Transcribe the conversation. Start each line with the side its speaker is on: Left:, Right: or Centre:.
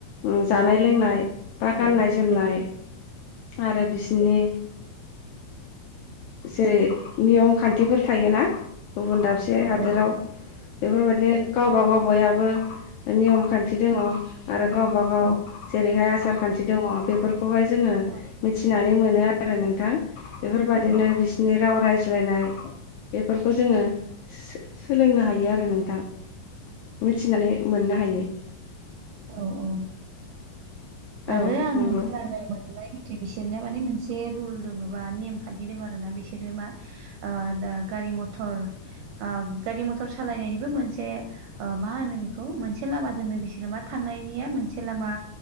Left: ओम जानाय लोंनाय बा गाननाय जोमनाय
Right: औ
Left: आरो बिसिनि जेरै नियम खान्थिफोर थायोना गुबुन दाबसे हादोराव
Right: औ नंगौ
Left: बेफोरबायदिनो गावबा गाव बयाबो नियम खान्थि दङ आरो गावब गाव
Right: औ
Left: जेरैहाय आसार खान्थि दङ बेफोरखौहाय जोङो
Right: औ
Left: मिथिनानै मोनो आरो नोंथां बेफोरबायादिनो
Right: औ
Left: बिसिनि राव रायज्लायनाय बेफोरखौ जोङो सोलोंनो हायो आरो नोंथां मिथिनानै मोननो हायो
Right: औ-औ आरो
Left: औ
Right: आं
Left: नंगौ
Right: खोनानो मोनलाय बिसोरनो माने मोनसे रुल दङ बा नेम खान्थि दङ आरो ना बिसोरो मा आ द गारि मथर गारि मथर सालायनायनिबो मोनसे मा होनो बेखौ मोनसे लामाजोंनो बिसोरो मा थांनायनिया मोनसे लामा